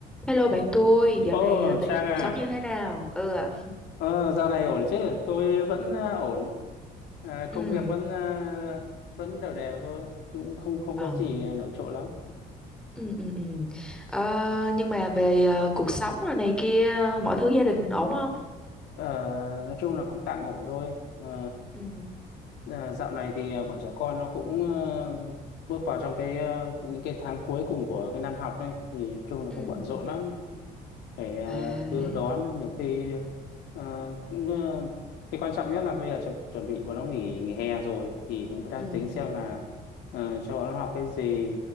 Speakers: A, in the centre; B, on the left.
A: Hello bạn tôi, dạo
B: Ồ,
A: này à, tình
B: Trang
A: hình
B: à,
A: cuộc sống như thế nào? Ừ, à,
B: ờ, dạo này ổn chứ? Tôi vẫn à, ổn, à,
A: ừ,
B: công việc vẫn à, vẫn đều đều thôi, chứ cũng không không
A: ờ,
B: có gì à, nổi trội lắm.
A: ừ, ừ, ừ. Ờ, nhưng mà về à, cuộc sống rồi này kia, mọi thứ gia đình ổn không?
B: Ờ, nói chung là cũng tạm ổn thôi. Ờ,
A: Ừ,
B: à, dạo này thì à, bọn trẻ con nó cũng à, bước vào trong cái à, những cái tháng cuối cùng của cái năm học đây, thì nói chung là
A: ừ,
B: cũng bận rộn lắm. để ờ,
A: à,
B: đưa
A: thế,
B: đón
A: à.
B: nhiều khi ờ, cũng ờ, cái quan trọng nhất là bây giờ chu- chuẩn bị bọn nó nghỉ nghỉ hè rồi thì cũng phải đang
A: ừ,
B: tính
A: ừ,
B: xem là ờ, cho bọn nó học cái gì